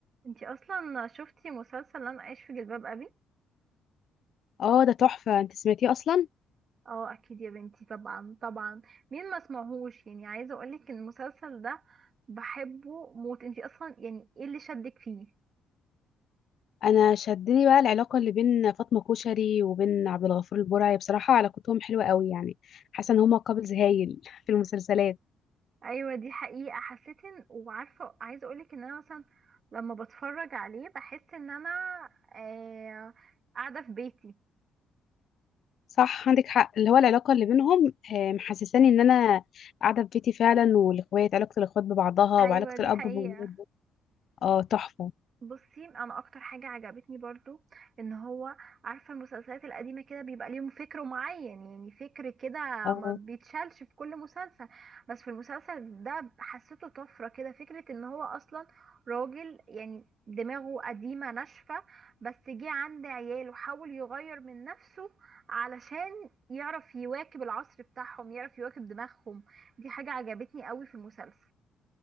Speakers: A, on the right; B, on the left.
A: انتي اصلا شفتي مسلسل انا عايش في جلباب ابي
B: اه ده تحفة انت سمعتيه اصلا
A: اه اكيد يا بنتي طبعا طبعا مين ما سمعهوش يعني عايزه اقولك ان المسلسل ده بحبه موت انتي اصلا يعني ايه اللي شدك فيه
B: انا شدني بقى العلاقة اللي بين فاطمة كوشري وبين عبد الغفور البرعي بصراحة علاقتهم حلوة قوي يعني حاسة ان هما كابلز هايل <laughs> في المسلسلات
A: ايوه دي حقيقه حسيت ان وعارفه عايزه اقولك ان انا مثلا لما بتفرج عليه بحس ان انا آه قاعده في بيتي
B: صح عندك حق اللي هو العلاقة اللي بينهم آه، محسساني ان انا قاعدة في بيتي فعلا والاخوات علاقة الاخوات ببعضها
A: ايوه
B: وعلاقة
A: دي
B: الاب
A: حقيقه
B: بولاده اه تحفة
A: بصي انا اكتر حاجه عجبتني برضو ان هو عارفه المسلسلات القديمه كده بيبقى ليهم فكر معين يعني فكر كده
B: اه
A: ما بيتشالش في كل مسلسل بس في المسلسل ده حسيته طفره كده فكره ان هو اصلا راجل يعني دماغه قديمه ناشفه بس جه عند عيال وحاول يغير من نفسه علشان يعرف يواكب العصر بتاعهم يعرف يواكب دماغهم دي حاجه عجبتني قوي في المسلسل